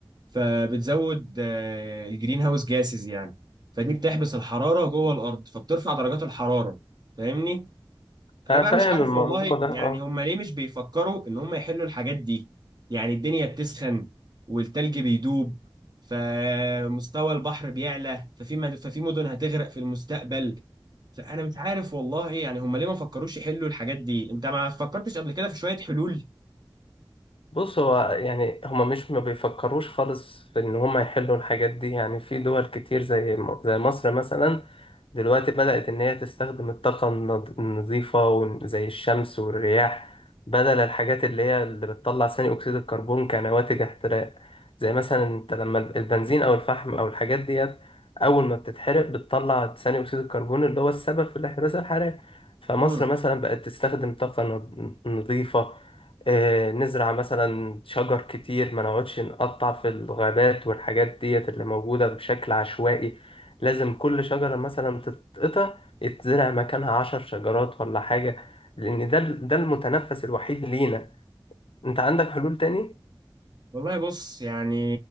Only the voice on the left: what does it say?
انا
فاهم
الموضوع
ده اه
بص هو يعني هما مش ما بيفكروش خالص في ان هما يحلوا الحاجات دي يعني في دول كتير زي م- زي مصر مثلا دلوقتي بدأت ان هي تستخدم الطاقة النض- النظيفة ون- زي الشمس والرياح بدل الحاجات اللي هي اللي بتطلع ثاني اكسيد الكربون كنواتج احتراق زي مثلا انت لما البنزين او الفحم او الحاجات ديت اول ما بتتحرق بتطلع ثاني اكسيد الكربون اللي هو السبب في الاحتباس الحراري فمصر
مثلا بقت تستخدم طاقة نض- نظيفة آه، نزرع مثلا شجر كتير ما نقعدش نقطع في الغابات والحاجات ديت اللي موجودة بشكل عشوائي لازم كل شجرة مثلا تتقطع يتزرع مكانها عشر شجرات ولا حاجة لأن ده ده المتنفس الوحيد لينا أنت عندك حلول تاني؟